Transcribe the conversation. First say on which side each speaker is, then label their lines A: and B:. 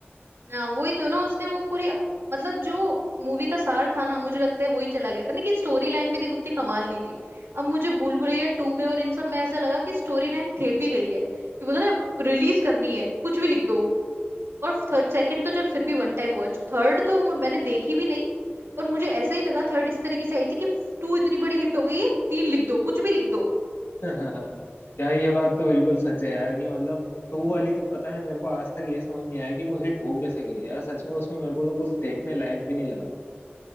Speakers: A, on the right; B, on the left.
A: हाँ वही तो ना उसने वो पूरी मतलब जो मूवी का सार था ना मुझे लगता है वही चला गया था लेकिन स्टोरी लाइन भी देखो उतनी कमाल नहीं थी अब मुझे भूल भुलैया टू में और इन सब में ऐसा लगा कि स्टोरी लाइन थेपी गई है कि बोलते हैं ना रिलीज करनी है कुछ भी लिख दो और थर्ड सेकंड तो चल फिर भी वन टाइम वॉच थर्ड तो मु- मैंने देखी भी नहीं पर मुझे ऐसा ही लगा थर्ड इस तरीके से आई थी कि टू इतनी बड़ी हिट हो गई है तीन लिख दो कुछ भी लिख दो
B: हाँ, यार ये बात तो बिल्कुल सच है यार कि मतलब टू वाली तो पता नहीं मेरे को आज तक ये समझ नहीं आया कि वो हिट हो कैसे गई यार सच में उसमें मेरे को तो कुछ देखने लायक भी नहीं लगा